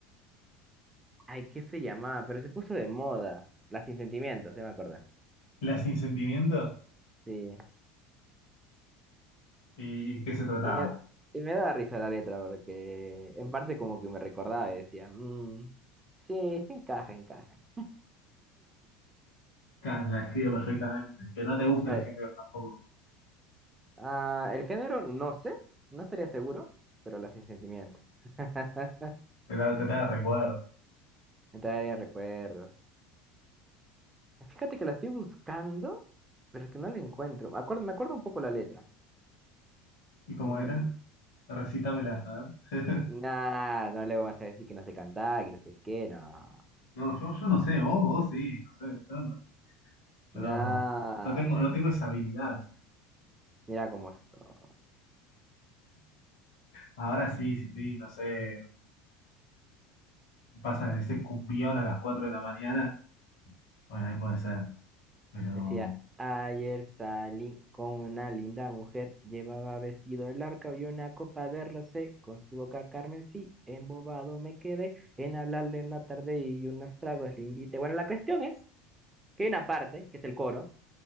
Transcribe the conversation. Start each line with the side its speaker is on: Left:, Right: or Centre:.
Right: ay, ¿qué se llamaba? Pero se puso de moda, La Sin Sentimientos, se me acuerda.
Left: Las sin sentimientos,
Right: Sí.
Left: ¿y, y qué se trataba?
Right: Y me, y me daba risa la letra porque en parte como que me recordaba y decía, "Mm, sí, sí encaja, encaja.
Left: Claro, la escribe perfectamente, que no te gusta
Right: A
Left: el
Right: ver,
Left: género tampoco,
Right: ah, el género no sé, no estaría seguro, pero las Sin Sentimientos. <laughs>
Left: te da, te de recuerdo.
Right: Me traería recuerdos. Fíjate que la estoy buscando, pero es que no la encuentro. Me acuerdo, me acuerdo un poco la letra.
Left: ¿Y cómo
Right: Mm,
Left: era? Recítamela, a ver.
Right: nah,
Left: <laughs>
Right: no le me vas a decir que no sé cantar, que no sé qué, no.
Left: No, yo, yo no sé, vos, vos sí, no sé, yo no, yo
Right: Nah,
Left: no, no tengo,
Right: mira,
Left: no
Right: cómo-
Left: tengo esa habilidad. ¿viste?
Right: mira cómo soy.
Left: Ahora sí, si estoy, no sé, pasa de ese cumbión a las 4 de la mañana, bueno, ahí puede ser, pero
Right: Decía, ayer salí con una linda mujer, llevaba vestido largo y una copa de rosé, con su boca carmesí, embobado me quedé, en hablarle una tarde y unos tragos le invité. Bueno, la cuestión es que hay una parte, que es el coro.